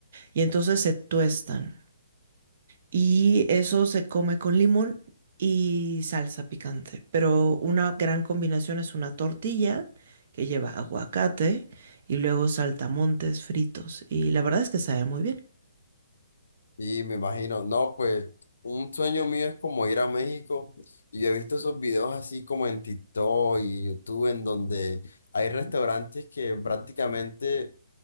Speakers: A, on the right (about 45°); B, on the left (about 85°).
A: y entonces se tuestan. Y eso se come con limón y salsa picante. Pero una gran combinación es una tortilla que lleva aguacate y luego saltamontes fritos. Y la verdad es que sabe muy bien.
B: Sí, me imagino. No, pues un sueño mío es como ir a México y yo he visto esos videos así como en TikTok y YouTube en donde hay restaurantes que prácticamente